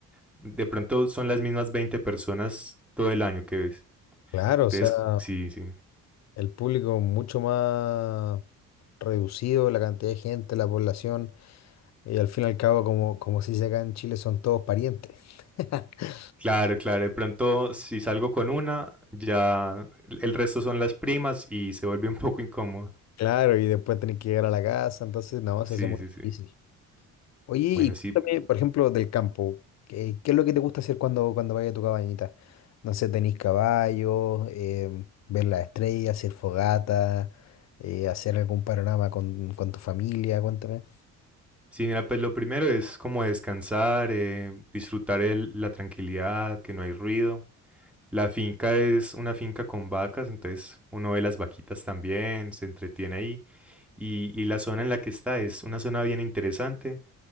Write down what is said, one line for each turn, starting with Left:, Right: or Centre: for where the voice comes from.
Centre: de pronto son las mismas 20 personas todo el año que ves.
Left: Claro, o
Centre: Entonces,
Left: sea,
Centre: sí, sí.
Left: el público mucho más reducido, la cantidad de gente, la población, y al fin y al cabo, como, como se dice acá en Chile, son todos parientes. <laughs>
Centre: Claro, claro. De pronto, si salgo con una, ya el resto son las primas y se vuelve un poco incómodo.
Left: Claro, y después tenés que llegar a la casa, entonces no,
Centre: Sí,
Left: se hace muy
Centre: sí,
Left: difícil.
Centre: sí.
Left: Oye, y
Centre: Bueno,
Left: cuéntame,
Centre: sí.
Left: por ejemplo, del campo. ¿Qué, qué es lo que te gusta hacer cuando, cuando vayas a tu cabañita? No sé, tenéis caballos, em, ver las estrellas, hacer fogata, eh, hacer algún panorama con, con tu familia, cuéntame.
Centre: Sí, mira, pues lo primero es como descansar, eh, disfrutar el- la tranquilidad, que no hay ruido. La finca es una finca con vacas, entonces uno ve las vaquitas también, se entretiene ahí. Y, y la zona en la que está es una zona bien interesante.